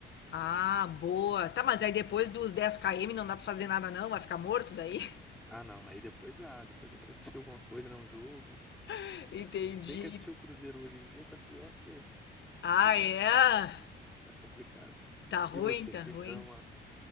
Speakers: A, on the left; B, in the centre.
A: Ah, boa. Tá, mas aí depois dos 10 km não dá pra fazer nada não? Vai ficar morto daí?
B: Ah, não, aí depois dá, depois dá pra assistir alguma coisa, né, um jogo.
A: <laughs> Entendi.
B: Mas se bem que assistir o Cruzeiro hoje em dia tá pior do que...
A: Ah, é?
B: tá complicado.
A: Tá ruim,
B: E você,
A: tá
B: o que
A: ruim.
B: que você vai arrumar?